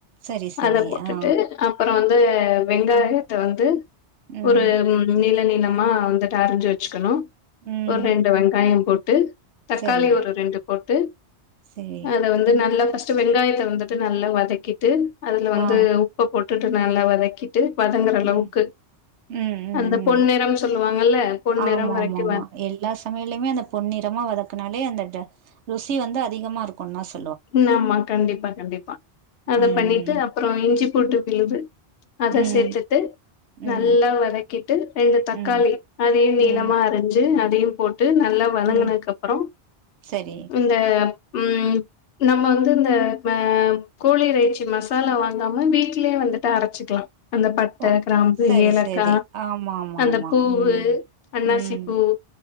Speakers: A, on the right; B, on the left.
A: சரி சரி
B: அதப் போட்டுட்டு
A: ஆ
B: அப்ப அப்றம் வந்து வெங்காயத்த வந்து
A: ம்
B: ஒரு நிலநி மா வந்துட்டு அரிஜசு வச்சுக்கணும்
A: ம்
B: ஒரு ரெண்டு வெங்காயம் போட் ட்டு தக்காளி
A: சரி
B: ஒரு ரெண்டு போட்டு
A: சரி
B: அதல வந்து நல்ல வெங்காயத்த வந்துட்டு நல்ல வதக்கிட்டு அதுல வந்து
A: ஆ
B: உப்ப போட் விட்டுட்டு நல்ல வதக் ட்டு வதங்குற அளவுக்கு
A: ம் ம் ம்
B: அந்த
A: ம்
B: பொன்னிறம் சொல்லுவாங்கல்ல பொன்னிறம்
A: ஆமா
B: வரைக்கும்
A: மா
B: வ
A: மா எல்லா சமையலயுமே அந்த பொன்னிறமா வதக்குனாலே இந்த ட ருசி வந்து அதிகமா இருக்கும்னஸ்
B: இன்னாமா கண்டிப்பா கண்டிப்பா அத
A: ம்
B: பண்ணிட்டு அப்புறம் இஞ்சி போட்டு விழுது அத
A: ம்
B: சேத்துட்டு
A: ம்
B: நல்லா வதக்கிட்டு ரெண்டு தக்காளி
A: ம்
B: அதையும் நீளமா
A: ம்
B: அரிஞ்சு அத தீம் போ விட்டு நல்லா வனங்குனதுக்கு
A: ம்
B: அப்புறம்
A: சரி
B: இந்த ம் ம் நம்ம வந்து இந்த மெ கோழி இறைச்சி மசாலா வாங்காம வீட்லயே வந்துட்டு அரைச்சிக்கலா அந்த பட்டை
A: ஓ
B: கிராம்பு
A: சரி
B: ஏலக்காய்
A: சரி ஆமா ஆமா
B: அந்த
A: ஆமா
B: பூவு
A: ம்
B: அன்னாசி
A: ம்
B: பூ